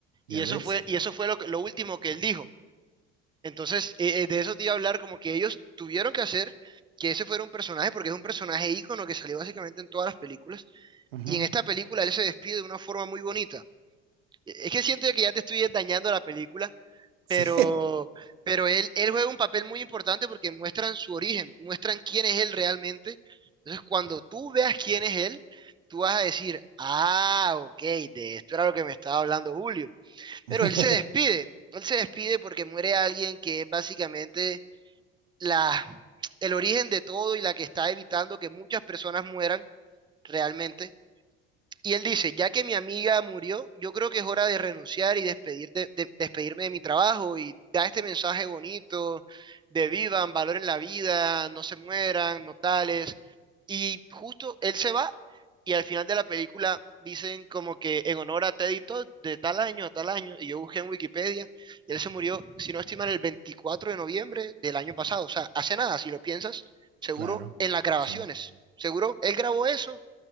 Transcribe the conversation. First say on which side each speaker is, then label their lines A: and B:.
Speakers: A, on the right (about 15°); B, on the right (about 85°).
A: Y
B: ya
A: eso
B: ves.
A: fue, y eso fue lo, que- lo último que él dijo. Entonces, eh, eh, de eso te iba a hablar, como que ellos tuvieron que hacer que ese fuera un personaje, porque es un personaje ícono que salió básicamente en todas las películas,
B: Ujú,
A: y en esta película él se despide de una forma muy bonita. Eh, Es que siento que ya te estoy dañando la película, pero,
B: Sí.
A: pero él, él juega un papel muy importante porque muestran su origen, muestran quién es él realmente. Entonces, cuando tú veas quién es él, tú vas a decir, ah, ok, de esto era lo que me estaba hablando Julio. Pero
B: <laughs>
A: él se despide, él se despide porque muere alguien que es básicamente la, el origen de todo y la que está evitando que muchas personas mueran realmente y él dice, ya que mi amiga murió, yo creo que es hora de renunciar y despedir de- despedirme de mi trabajo y da este mensaje bonito de vivan, valoren la vida, no se mueran, no tales. Y justo él se va y al final de la película dicen como que en honor a Teddy Todd de tal año a tal año, y yo busqué en Wikipedia, y él se murió, si no estoy mal, el 24 de noviembre del año pasado. O sea, hace nada, si lo piensas, seguro
B: Claro,
A: en las grabaciones.
B: sí,
A: Seguro él grabó eso